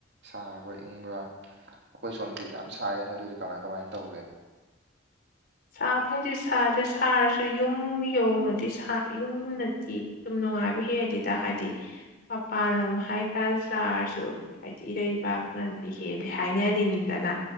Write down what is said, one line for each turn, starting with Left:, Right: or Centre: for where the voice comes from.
Right: ꯁꯥꯕ꯭ꯔꯥ ꯏꯪꯕ꯭ꯔ ꯑꯩꯈꯣꯏ ꯁꯣꯝꯗꯗꯤ ꯌꯥꯝ ꯁꯥꯏꯌꯦ ꯅꯣꯏꯗꯗꯤ ꯀꯃꯥꯏ ꯀꯃꯥꯏꯅ ꯇꯧꯒꯦ
Left: ꯁꯥꯕꯕꯩꯗꯤ ꯁꯗꯔꯦ ꯁꯥꯔꯁꯨ ꯌꯨꯝ ꯌꯧꯅꯗꯤ ꯁꯥ ꯌꯨꯝꯅꯗꯤ ꯅꯨꯡꯉꯥꯏꯕ ꯍꯦꯜꯂꯤꯗ ꯍꯥꯏꯗꯤ ꯃꯄꯥꯟ ꯂꯝ ꯍꯥꯏꯇꯥꯔꯁꯨ ꯍꯥꯏꯗꯤ ꯏꯔꯩꯕꯥꯛ ꯗꯤ ꯍꯦꯜꯂꯤ ꯍꯥꯏꯅꯔꯤꯅꯤꯡꯗꯅ